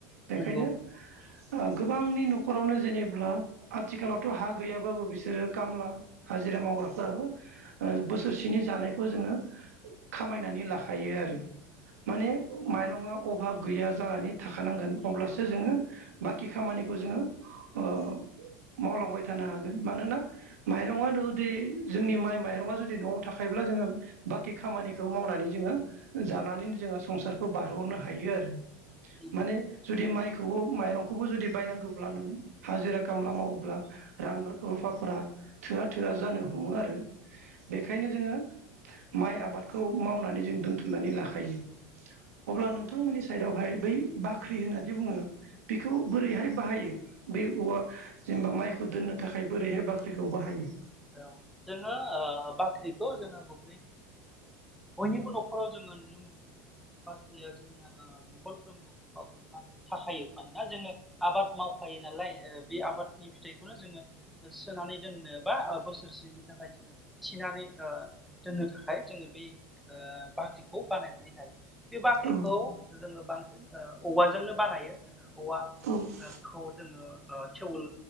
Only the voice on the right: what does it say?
बेखायनो
ओ गोबांनि न'खरावनो जेनेब्ला आथिखालावथ' हा गैयाबाबो बिसोरो खामला हाजिरा मावग्राफोराबो ओ बोसोरसेनि जानायखौ जोङो खामायनानै लाखायो आरो माने माइरङा अभाब गैया जानानै थाखानांगोन अब्लासो जोङो बाखि खामानिखौ जोङो ओ मावलांबाय थानो हागोन मानोना माइरङानोद जोंनि माइ माइ मारङा जुदि न'आव थाखायोब्ला जोङो बाखि खामानिखौ मावनानै जोङो जानानैनो जोङो संसारखौ बारहरनो हायो आरो
माने जुदि माइखौबो माइरंखौबो जुदि बायनांगौब्ला नोङो हाजिरा खामला मावोब्ला रां रुफाफोरा थोआ थोआ जानो हमो आरो बेखायनो जोङो माइ आबादखौ मावनानै जों दोनथुमनानै लाखायो अब्ला नोंथांमोननि साइडआवहाय बै बाख्रि होननानै बुङो बेखौ
बोरैहाय बाहायो? बे औवा जेनेबा माइखौ दोननो थाखाय बोरैहाय बाख्रिखौ बाहायो?
औ
औ